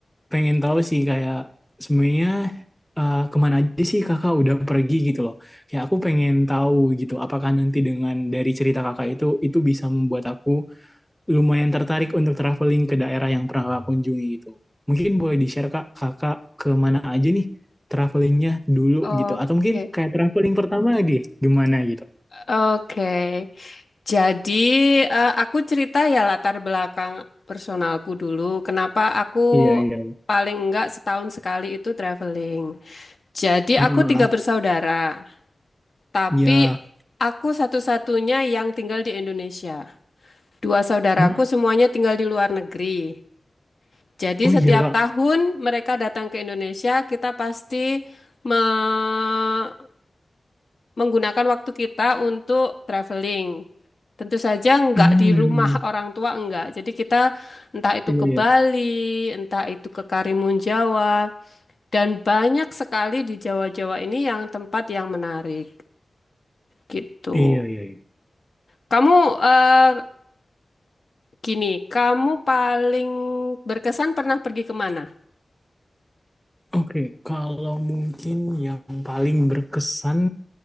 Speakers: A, in the centre; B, on the left.
A: pengen tahu sih kayak sebenarnya eh, kemana aja sih Kakak udah pergi gitu loh. Kayak aku pengen tahu gitu, apakah nanti dengan dari cerita Kakak itu, itu bisa membuat aku lumayan tertarik untuk traveling ke daerah yang pernah kakak kunjungi gitu. Mungkin boleh di-share kak, kakak ke mana aja nih travelingnya dulu
B: Oke,
A: gitu. Atau mungkin kayak traveling pertama deh, gimana gitu.
B: oke. Jadi eh, aku cerita ya latar belakang personalku dulu. Kenapa aku
A: Iya, iya.
B: paling enggak setahun sekali itu traveling. Jadi
A: Heeh.
B: aku tiga bersaudara. Tapi
A: Iya.
B: aku satu-satunya yang tinggal di Indonesia. Dua saudaraku
A: Hah?
B: semuanya tinggal di luar negeri. Jadi
A: Oh
B: setiap
A: iya kak.
B: tahun mereka datang ke Indonesia, kita pasti me- menggunakan waktu kita untuk traveling. Tentu saja enggak
A: Hmm.
B: di rumah orang tua enggak. Jadi kita entah itu
A: Iya,
B: ke
A: iya.
B: Bali, entah itu ke Karimun Jawa, dan banyak sekali di Jawa-Jawa ini yang tempat yang menarik gitu.
A: Iya, iya, iya.
B: Kamu eh, Gini, kamu paling berkesan pernah pergi kemana?
A: Oke, kalau mungkin yang paling berkesan